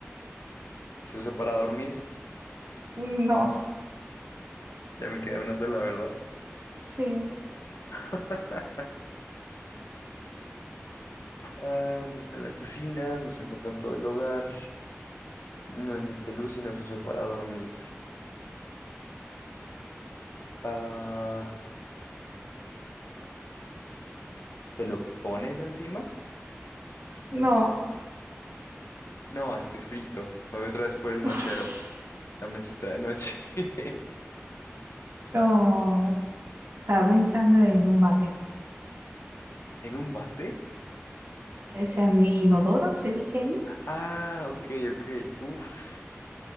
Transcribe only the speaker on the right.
no,
sí,
no.
<laughs>
No. Estaba pensando en un váter.
¿Es un inodoro, se dice allí?